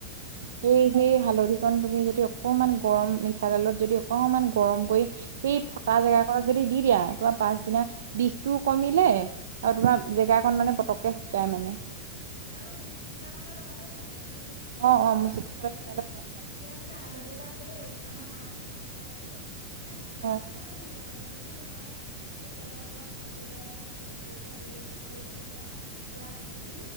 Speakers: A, on the right; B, on the right.
A: অ',
B: সেই- সেই হালধিকন তুমি যদি অকমান গৰম মিঠাতেলত যদি অকমান গৰম কৰি- সেই
A: উম,
B: ফটা জেগা কনত যদি দি দিয়া তোমাৰ পাছদিনা বিষটোও কমিলে আৰু তোমাৰ
A: হয়।
B: জেগা কন মানে পতককে শুকাই মানে।
A: হয় হয় আৰু এই মুচুকা খালেও লগালেও ভাল, যদি ফ্ৰেকচাৰ
B: অ অ মোৰ
A: আছে
B: চকুৰ ফালে
A: কেনেবাকে।
B: লগালে ভাল হয়
A: তেতিয়া কিবা হালধিয়া এটা আছে দেই, আমাৰ মাৰ ক্ষেত্ৰত মই লগাইছিলো মানে নামতো
B: হয়
A: পাহৰি থাকিলো হালধি তো তোমাৰ এনেকে তেলত অলপ ভাজি পেলাই তাত জালুকৰ গুড়ি জালুক দি পেলাই পুৰা ভাজি